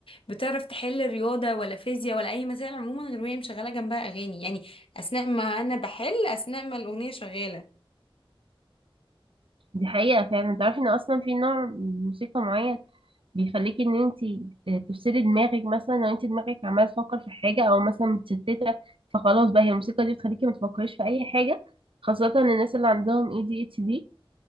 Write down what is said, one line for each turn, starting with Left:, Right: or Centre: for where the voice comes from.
Left: بتعرف تحل رياضه ولا فيزياء ولا اي مسائل عموما غير وهي مشغله جنبها اغاني يعني اثناء ما انا بحل اثناء ما الاغنيه شغاله
Right: دي حقيقة فعلا تعرفي إن أصلا في نوع من موسيقى معين بيخليكي إن أنتي آه، تفصلي دماغك مثلا لو أنتي دماغك عمالة تفكر في حاجة أو مثلا متشتتة فخلاص بقى هي الموسيقى دي بتخليكي ما تفكريش في أي حاجة خاصة الناس اللي عندهم اي دي اتش دي